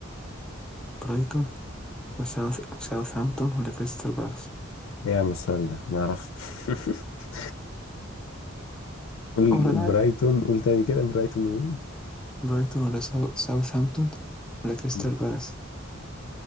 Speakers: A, in the centre; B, on the left.
A: برايتون بس ساوث ساوثهامبتون ولا كريستال بالاس
B: إيه يا عم السؤال ده معرفش <laughs> قول
A: ولا العير
B: برايتون قول تاني كده برايتون وين؟
A: برايتون ولا ساو... ساوثهامبتون ولا كريستال
B: مم.
A: بالاس